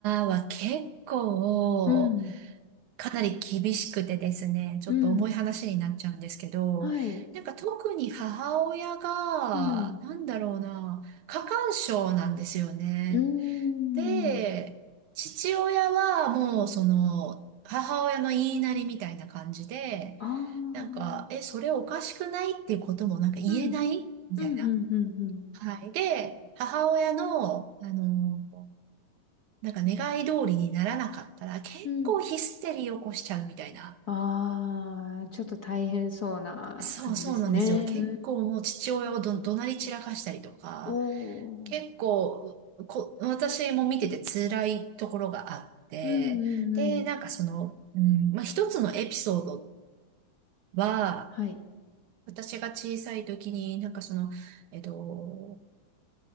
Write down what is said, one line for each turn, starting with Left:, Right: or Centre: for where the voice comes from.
Right: は結構、
Left: うん、
Right: かなり厳しくてですね、ちょっと重い話になっちゃうんですけど、
Left: うん、はい。
Right: なんか特に母親が、
Left: うん、
Right: なんだろうな、過干渉なんですよね。
Left: うーん、
Right: で、父親はもうその、母親の言いなりみたいな感じで、
Left: あー
Right: なんか、え、それおかしくないっていうこともなんか言えないみたいな。
Left: うん、うん、うん、うん、
Right: はい。で、母親の、あの、なんか願い通りにならなかったら結構ヒステリー起こしちゃうみたいな。
Left: うん、うん。あー、ちょっと大変そうな感じですね。
Right: そうそうなんですよ。結構もう父親をど、
Left: うん。
Right: 怒鳴り散らかしたりとか、
Left: お
Right: 結構、
Left: ー。
Right: こ、私も見てて辛いところがあって、
Left: うん、うん、うん。
Right: で、なんかその、うん、まあ、一つのエピソードは、
Left: は
Right: 私が小さい時に、なんかその、えっと、